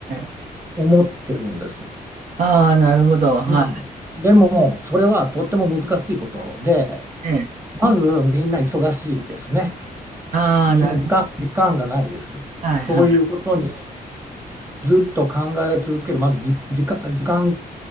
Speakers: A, on the right; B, on the right.
A: ええ。
B: 思ってるんです。
A: ああ、なるほど、は
B: うん。でもそれはとっても難しいことで、
A: い、ええ。
B: まずみんな忙しいですね。
A: ああ、
B: みんな時間、
A: なる、
B: 時間がないです。
A: はい、
B: そういうことに
A: はい、
B: ずっと考え続ける、まずじ、時間、時間